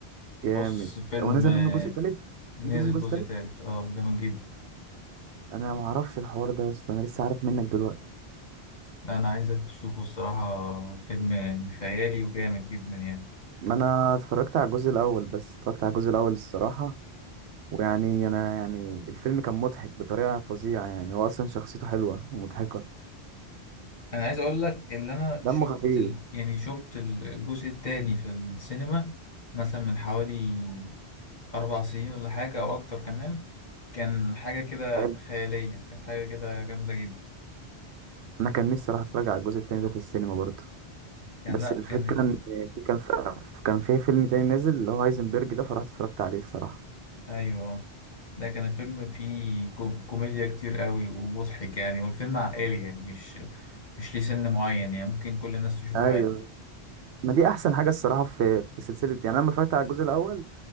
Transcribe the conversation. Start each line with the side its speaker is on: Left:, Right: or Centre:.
Right: جامد
Left: بص فيلم
Right: هو نزل
Left: آه،
Right: منه جزء تالت
Left: نزل
Right: نزل منه جزء
Left: جزء
Right: تالت
Left: تالت اه جامد جدا
Right: انا ما اعرفش الحوار ده بس انا لسه عارف منك دلوقتي
Left: لا انا عايزك تشوفه الصراحة فيلم خيالي وجامد جدا يعني
Right: ما انا اتفرجت على الجزء الاول بس اتفرجت على الجزء الاول الصراحه ويعني انا يعني الفيلم كان مضحك بطريقه فظيعه يعني هو اصلا شخصيته حلوه ومضحكه
Left: انا عايز اقول لك ان انا
Right: دمه
Left: شفت
Right: خفيف
Left: ال... يعني شفت ال- الجزء التاني في السينما مثلا من حوالي أربع سنين ولا حاجة أو أكتر كمان كان حاجة كده
Right: حلو
Left: خيالية كانت حاجة كده جامدة جدا
Right: انا كان نفسي اروح اتفرج على الجزء التاني ده في السينما برضه
Left: كان
Right: بس
Left: لأ
Right: الفكره
Left: كان ال...
Right: ان في كان في كان في فيلم تاني نازل اللي هو هايزنبرج ده فرحت اتفرجت عليه الصراحه
Left: أيوه لا كان الفيلم فيه كوم... كوميديا كتير قوي ومضحك يعني والفيلم عائلي يعني مش مش ليه سن معين يعني ممكن كل الناس تشوفه
Right: ايوه
Left: عادي
Right: ما دي احسن حاجه الصراحه في في سلسله يعني انا لما اتفرجت على الجزء الاول